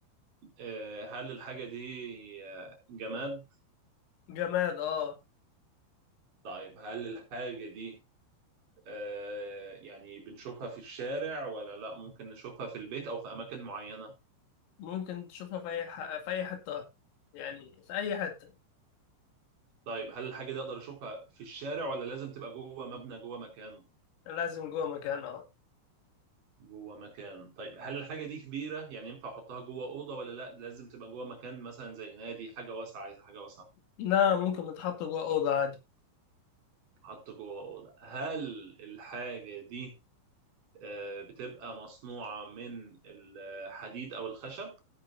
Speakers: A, on the right (about 45°); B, on the left (about 85°).
A: آه هل الحاجة دي آه، جماد
B: جماد اه
A: طيب هل الحاجة دي آه يعني بنشوفها في الشارع ولا لا ممكن نشوفها في البيت او في اماكن معينة
B: ممكن تشوفها في أي ح... في أي حتة يعني في أي حتة
A: طيب هل الحاجة دي أقدر أشوفها في الشارع ولا لازم تبقى جوه مبنى جوه مكان؟
B: لازم جوه مكان اه
A: جوه مكان طيب هل الحاجة دي كبيرة يعني ينفع أحطها جوه أوضة ولا لا لازم تبقى جوه مكان مثلا زي نادي حاجة واسعة عايز حاجة واسعة
B: لا ممكن تحط جوه أوضة عادي
A: حط جوه أوضة هل الحاجة دي آه، بتبقى مصنوعة من الحديد أو الخشب